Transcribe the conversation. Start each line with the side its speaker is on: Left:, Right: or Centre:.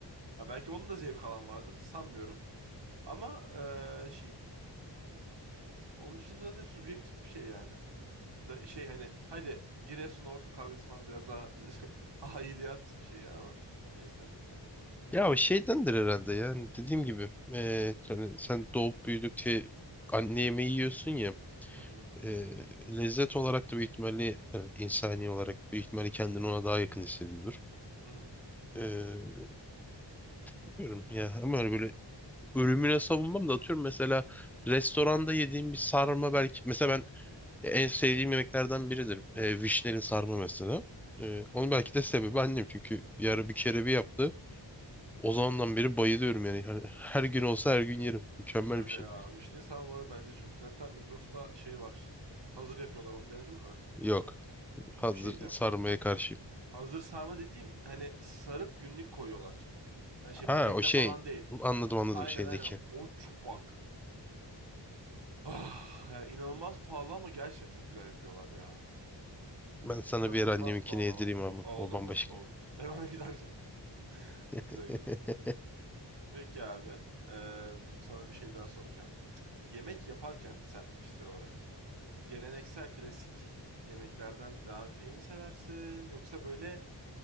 Right: ha, belki onun da zevk alan vardır sanmıyorum. Ama eee, şey eee, onun dışında zaten subjektif bir şey yani. Da, şey hani hadi Giresun Ordu kavgası falan biraz daha <laughs> aidiyat şeyi ama neyse.
Centre: Ya o şeydendir herhalde yani dediğim gibi eee, yani sen doğup büyüdükçe anne yemeği yiyorsun ya
Right: Hı hı.
Centre: eee, lezzet olarak da büyük ihtimalle yani insani olarak büyük ihtimalle kendini ona daha yakın hissediyordur.
Right: Hı hı.
Centre: Eee bilmiyorum ya ama öyle ürününe savunmam da atıyorum mesela restoranda yediğim bir sarma belki mesela ben e, en sevdiğim yemeklerden biridir. E, vişneli sarma mesela. E, onun belki de sebebi
Right: hı hı.
Centre: annem çünkü bir ara bir kere bir yaptı. O zamandan beri bayılıyorum yani. Hani her gün olsa her gün yerim. Mükemmel
Right: Öyle
Centre: bir şey.
Right: ya. Vişne samovarı bence çok güzel. Hatta Migros'ta şey var. Hazır yapıyorlar. Onu denedin mi?
Centre: Yok. Hazır
Right: Bir şey diyeceğim.
Centre: sarmaya karşıyım.
Right: Hazır sarma dediğim hani sarıp günlük koyuyorlar. Hani şey
Centre: Ha
Right: pakette
Centre: o şey.
Right: falan değil.
Centre: Anladım anladım
Right: Aynen
Centre: şeydeki.
Right: aynen. O çupak. Ah, yani inanılmaz pahalı ama gerçekten çok güzel yapıyorlar ya.
Centre: Ben sana
Right: İnanılmaz
Centre: bir ara anneminkini
Right: pahalı
Centre: yedireyim
Right: ama.
Centre: abi.
Right: Aa, olur
Centre: O bambaşka.
Right: bak olur. <laughs> Benim annemki daha güzel. <laughs> Güzel
Centre: <laughs>
Right: güzel. Peki abi. eee, sana bir şey daha soracağım. Yemek yaparken sen kişisel olarak geleneksel klasik yemeklerden devam etmeyi mi seversin? Yoksa böyle